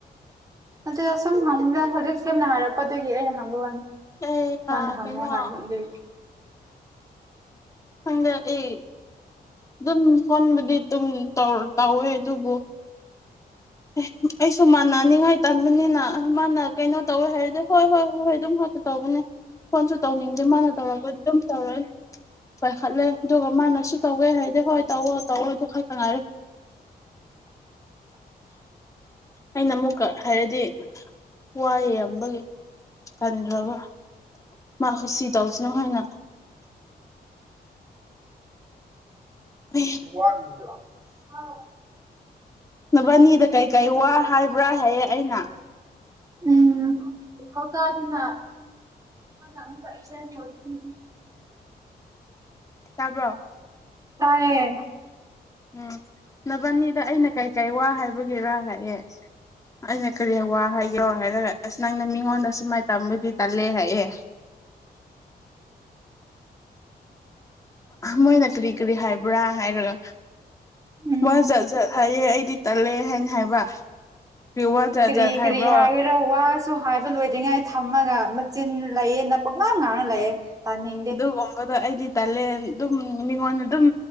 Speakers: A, on the right (about 20°); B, on the left (about 20°).
A: ꯅꯠꯇꯦꯗ ꯁꯨꯝ ꯍꯪꯕꯅꯤꯗ ꯍꯧꯖꯤꯛ ꯆꯦꯝꯅ ꯍꯥꯏꯔꯛꯄ ꯑꯗꯨꯒꯤ ꯑꯩꯅ ꯍꯪꯕ ꯋꯥꯅꯤ꯫
B: ꯑꯩ
A: ꯃꯥꯅ ꯍꯪꯉꯣ
B: ꯀꯩꯅꯣ
A: ꯍꯥꯏꯕ ꯑꯗꯨꯒꯤ꯫
B: ꯈꯪꯗꯦ ꯑꯩ ꯑꯗꯨꯝ ꯐꯣꯟꯕꯨꯗꯤ ꯗꯨꯝ ꯇꯧꯔ ꯇꯧꯋꯦ ꯑꯗꯨꯕꯨ ꯑꯦ ꯑꯩꯁꯨ ꯃꯥꯟꯅꯅꯤꯡꯉꯥꯏ ꯇꯥꯟꯕꯅꯤꯅ ꯃꯥꯅ ꯀꯩꯅꯣ ꯇꯧꯋꯦ ꯍꯥꯏꯔꯗꯤ ꯍꯣꯏ ꯍꯣꯏ ꯍꯣꯏ ꯍꯣꯏ ꯑꯗꯨꯝ ꯉꯥꯛꯇ ꯇꯧꯕꯅ ꯐꯣꯟꯁꯨ ꯇꯧꯅꯤꯡꯗꯦ ꯃꯥꯅ ꯇꯧꯔꯛꯄꯗꯤ ꯑꯗꯨꯝ ꯇꯧꯔꯛꯑꯦ ꯄꯥꯏꯈꯠꯂꯦ ꯑꯗꯨꯒ ꯃꯥꯅꯁꯨ ꯇꯧꯋꯦ ꯍꯥꯏꯗꯤ ꯍꯣꯏ ꯇꯧꯑꯣ ꯇꯧꯑꯣ ꯑꯗꯨ ꯈꯔꯇ ꯉꯥꯏꯔꯦ
A: <inaudible>
B: ꯑꯩꯅ ꯃꯨꯛꯀ ꯍꯥꯏꯔꯗꯤ ꯋꯥꯏꯌꯦꯕ ꯕꯒꯤ ꯇꯟꯈ꯭ꯔꯕ ꯃꯥ ꯀꯨꯁꯤ ꯇꯧꯁꯥꯅꯨ ꯍꯥꯏꯅ꯫ ꯔꯤ
A: <inaudible>
B: ꯅꯕꯥꯅꯤꯗ ꯀꯩꯀꯩ ꯋꯥ ꯍꯥꯏꯕ꯭ꯔꯥ ꯍꯥꯏꯌꯦ ꯑꯩꯅ꯫
A: ꯎꯝ ꯀꯧꯀꯥꯗꯨꯅ <unintelligible>
B: ꯇꯥꯕ꯭ꯔꯣ
A: ꯇꯥꯏꯌꯦ
B: ꯎꯝ ꯅꯕꯥꯅꯤꯗ ꯑꯩꯅ ꯀꯩꯀꯩ ꯋꯥ ꯍꯥꯏꯕꯒꯤꯔꯥ ꯍꯥꯏꯌꯦ ꯑꯩꯅ ꯀꯔꯤ ꯋꯥ ꯍꯥꯏꯒꯦꯔꯣ ꯍꯥꯏꯔꯒ ꯑꯁ ꯅꯪꯅ ꯃꯤꯉꯣꯟꯗ ꯁꯨꯃꯥꯏꯅ ꯇꯝꯔꯗꯤ ꯇꯜꯂꯦ ꯍꯥꯏꯌꯦ꯫ ꯃꯣꯏꯅ ꯀꯔ꯭ꯤ ꯀꯔ꯭ꯤ ꯍꯥꯏꯕ꯭ꯔꯥ ꯍꯥꯏꯔꯒ
A: ꯎꯝ
B: ꯋꯥ ꯖꯥꯥꯠꯖꯥꯠ ꯐꯩꯌꯦ ꯑꯩꯗꯤ ꯇꯜꯂꯦ ꯍꯥꯏꯅ ꯍꯥꯏꯕ꯫ ꯀꯔꯤ ꯋꯥ
A: ꯏꯁ
B: ꯖꯥꯠ
A: ꯀ꯭ꯔꯤ
B: ꯖꯥꯠ ꯍꯥꯏꯕ꯭ꯔꯣ
A: ꯀ꯭ꯔꯤ ꯍꯥꯏꯔꯦꯔ ꯋꯥꯁ ꯁꯨ ꯍꯥꯏꯕ ꯂꯣꯏꯗ꯭ꯔꯤꯉꯩ ꯊꯝꯃꯒ ꯃꯆꯤꯟ ꯂꯩꯌꯦꯅ ꯄꯡꯉꯥꯡ ꯉꯥꯡꯉ ꯂꯩꯌꯦ ꯇꯥꯅꯤꯡꯗꯦ
B: ꯑꯗꯨꯒꯨꯝꯕꯗꯣ ꯑꯩꯗꯤ ꯇꯥꯂꯦꯟ ꯑꯗꯨꯝ ꯃꯤꯉꯣꯟꯗ ꯑꯗꯨꯝ